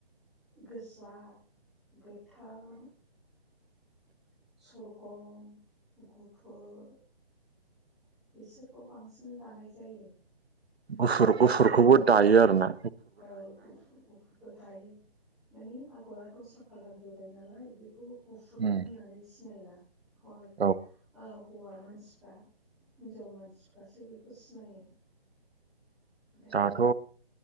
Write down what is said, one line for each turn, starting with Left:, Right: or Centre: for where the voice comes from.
Centre: गोजा गोथां खरगम गुफुर बिसोरखौ बांसिन दानाय जायो।
Right: गुफुर गुफुरखौबो दायो आरो ना
Centre: औ गुफुर गुफुरबो दायो। मानि आगरा दस्रा खालार होबाय नालाय बैखौ गुफुर
Right: उम
Centre: होननानै सिनायला अल
Right: औ
Centre: औ हौवा मानसिफ्रा हिनजाव मानसिफ्रासो बेखौ सिनायो। दा
Right: दाथ'